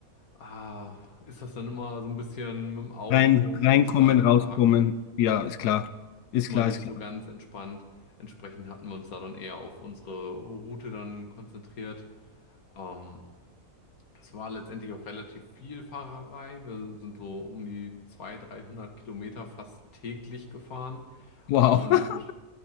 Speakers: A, on the left; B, on the left.
A: ah, ist das dann immer so ein bisschen mit dem Auto,
B: Rein,
A: Großstadt,
B: reinkommen, rauskommen.
A: Parken,
B: Ja, ist klar. Ist
A: immer
B: klar,
A: nicht
B: ist klar.
A: so ganz entspannt. Entsprechend hatten wir uns da dann eher auf unsere Route dann konzentriert. Ähm, Es war letztendlich auch relativ viel Fahrerei. Wir sind so um die 200, 300 Kilometer fast täglich gefahren.
B: Wow.
A: Und
B: <laughs>